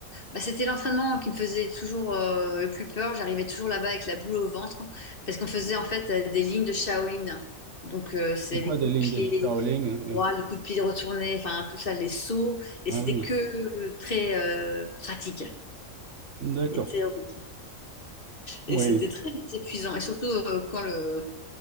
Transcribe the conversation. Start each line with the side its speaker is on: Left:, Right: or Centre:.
Left: Bah, c'était l'entraînement qui me faisait toujours euh, le plus peur. J'arrivais toujours là-bas avec la boule au ventre parce qu'on faisait en fait euh, des lignes de Shaolin. Donc, euh, c'est
Right: C'est quoi
Left: les
Right: des
Left: coups
Right: lignes
Left: de pied
Right: de Shaolin?
Left: droits, les coups de pied retournés, enfin tout ça, les sauts. Et
Right: hein,
Left: c'était
Right: oui.
Left: que
Right: Ah oui,
Left: euh, très euh, pratique
Right: d'accord.
Left: et théorique.
Right: Oui.
Left: Et c'était très épuisant. Et surtout euh, quand le